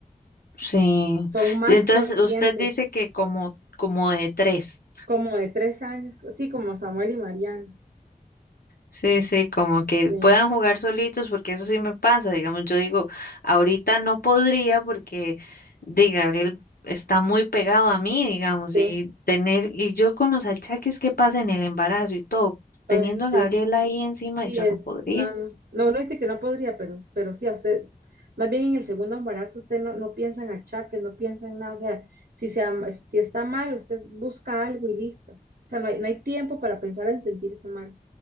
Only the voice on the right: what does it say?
son más
conscientes,
como de tres años, así como Samuel y Mariana.
Sí,
sí,
ay,
sí,
sí
es.
No, no, no, uno dice que no podría, pero, pero sí, a usted, más bien en el segundo embarazo, usted no, no piensa en achaques, no piensa en nada. O sea, si, se, am- si está mal, usted busca algo y listo. O sea, no hay, no hay tiempo para pensar en sentirse mal.